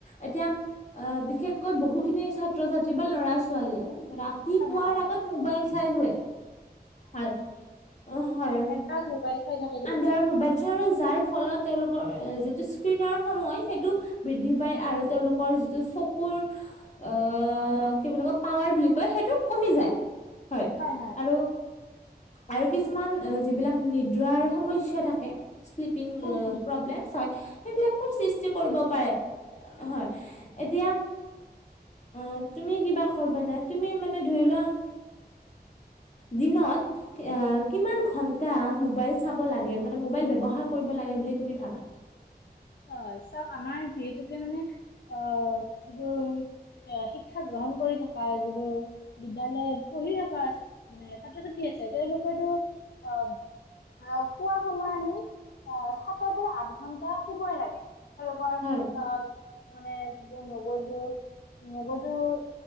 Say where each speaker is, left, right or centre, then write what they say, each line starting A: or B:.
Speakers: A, on the left; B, on the left.
A: এতিয়া আ বিশেষকৈ বহুখিনি ছাত্ৰ ছাত্ৰী বা ল'ৰা ছোৱালীয়ে ৰা সি
B: হয়
A: শুৱাৰ আগত মোবাইল চাই শুৱে হয় অ হয়
B: এন্ধাৰত মোবাইল চাই থাকে তেওঁলোকে
A: অন্ধাৰত মবাইল চৌ যাৰ ফলত তেওঁলোকৰ যিটো স্ক্ৰীনৰ সময় সেইটো বৃদ্ধি পায় আৰু তেওঁলোকৰ যিটো চকুৰ অ কি বুলি কয় পাৱাৰ বুলি কয় সেইটো কমি যায় হয়
B: হয় হয়
A: আৰু আৰু কিছুমান যিবিলাক নিদ্ৰাৰ সমস্যা থাকে শ্লিপ পিং
B: হয়
A: প্ৰবলেম হয় সেইবিলাকৰ সৃষ্টি কৰিব পাৰে হয় এতিয়া অ তুমি কিবা কৰিবা না তুমি মানে ধৰি লোৱা দিনত কি আ কিমান ঘন্টা মোবাইল চাব লাগে মানে মোবাইল ব্যৱহাৰ কৰিব লাগে বুলি তুমি ভাবা
B: অ চাওক আমাৰ যিহেতুকে মানে অ যিবোৰ এ শিক্ষা গ্ৰহণ কৰি থকা যিবোৰ বিদ্যালয়ত পঢ়ি থকা আছ মানে ছাত্ৰ ছাত্ৰী আছে তেওঁলোকৰটো অব আহ শুৱা সময় আহি সাতৰ পৰা আঠ ঘন্টা শুবয়ে লাগে তেওলোকৰ
A: হয়।
B: আব মানে যিটো মগজুৰ মগজুৰ